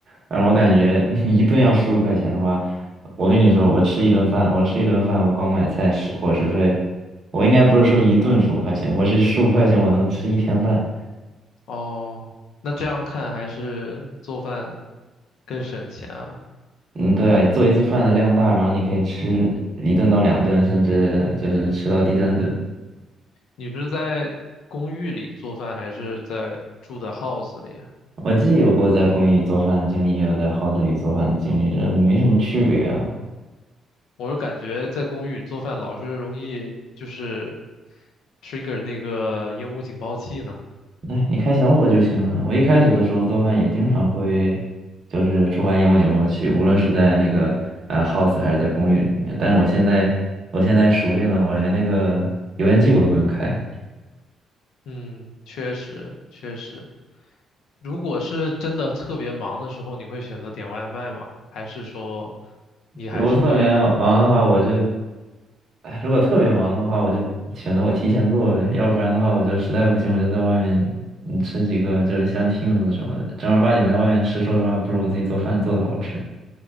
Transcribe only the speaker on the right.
反正我感觉 <laughs> 你一顿要十五块钱的话，我跟你说，我吃一顿饭，我吃一顿饭，我光买菜食伙食费，我应该不是说一顿十五块钱，我是十五块钱我能吃一天饭。
嗯，对啊，做一次饭的量大，然后你可以吃一顿到两顿，甚至就是吃到第三顿。
我既有过在公寓里做饭的经历，也有在 house 里做饭的经历，这没什么区别啊。
哎，你开小火就行了。我一开始的时候做饭也经常会，就是触发烟雾警报器，无论是在那个呃 house 还是在公寓里面。但是我现在，我现在熟练了，我连那个油烟机我都不用开。
如果特别忙的话，我就，哎，如果特别忙的话，我就选择我提前做呗，要不然的话，我就实在不行，我就在外面嗯吃几个，就是像 Teams 什么的，正儿八经在外面吃，说实话，不如我自己做饭做的好吃。